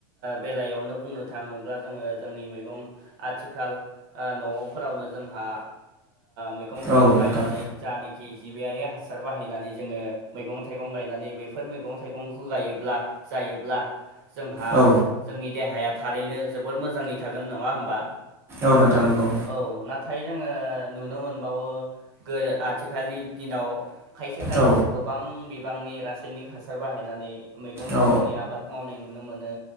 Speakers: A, on the right; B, on the right.
A: बेलायावनो बुंनो थाङोब्ला जोङो जोंनि मैगं आथिखाल न'फोरावनो जोंहा मैगं थाइगं
B: औ
A: गायनानै
B: नोंथां
A: जानखि जिबियारि हासार बाहायनानै जोङो मैगं थाइगं गायनानै बेफोर मैगं थाइगंखौ गायोब्ला जायोब्ला जोंहा
B: औ
A: जोंनि देहाया थारैनो जोबोर मोजांडै़ थागोन नङा होमबा
B: औ नोंथां नंगौ
A: औ नाथाय जोङो नुनो मोनबावो गो आथिखालनि दिनाव खायसे खायसेखौ
B: औ
A: गोबां बिबांनि रासायनिक हासार बाहायनानै मैगं थाइगंनि
B: औ
A: आबाद मावनाय नुनो मोनो